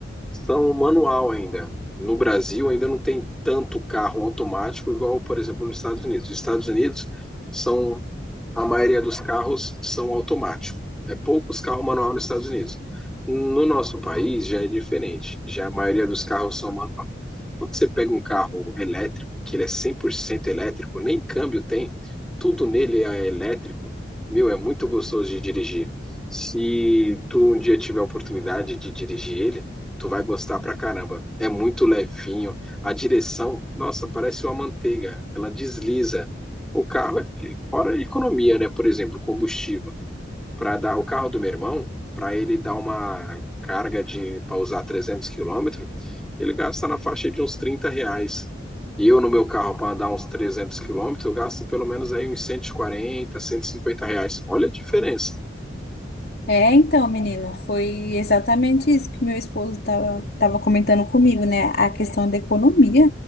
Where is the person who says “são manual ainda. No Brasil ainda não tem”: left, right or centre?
Centre